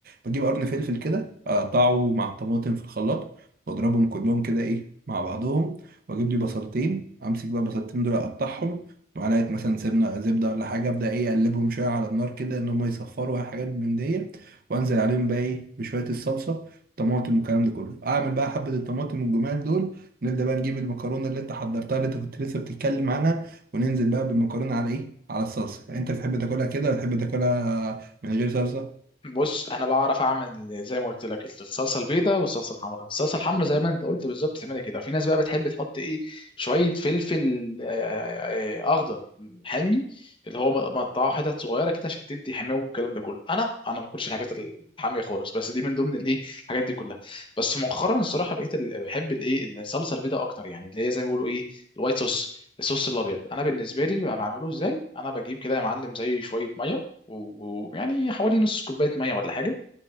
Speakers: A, on the right; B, on the left.
A: بجيب قرن فلفل كده اقطعه مع الطماطم في الخلاط واضربهم كلهم كده ايه مع بعضهم واجيب لي بصلتين امسك بقى البصلتين دول اقطعهم معلقة مثلا سمنة زبدة ولا حاجة أبدأ إيه أقلبهم شوية على النار كده إن هما يصفروا حاجات من دي وأنزل عليهم بقى إيه بشوية الصلصة طماطم والكلام ده كله أعمل بقى حبة الطماطم والجمال دول نبدأ بقى نجيب المكرونة اللي أنت حضرتها اللي أنت كنت لسه بتتكلم عنها وننزل بقى بالمكرونة على إيه على الصلصة أنت بتحب تاكلها كده ولا بتحب تاكلها من غير صلصة
B: بص انا بعرف اعمل زي ما قلت لك الصلصه البيضاء والصلصه الحمراء الصلصه الحمراء زي ما انت قلت بالظبط تعملها كده في ناس بقى بتحب تحط ايه شويه فلفل آه، آه، اخضر حامي اللي هو مقطعه حتت صغيره كده عشان تدي حماوه والكلام ده كله انا انا ما باكلش الحاجات الحاميه خالص بس دي من ضمن الايه الحاجات دي كلها بس مؤخرا الصراحه بقيت ال- بحب الايه الصلصه البيضاء اكتر يعني اللي هي زي ما بيقولوا ايه الوايت صوص الصوص الابيض انا بالنسبه لي بعمله ازاي انا بجيب كده يا معلم زي شويه ميه و- ويعني حوالي نص كوبايه ميه ولا حاجه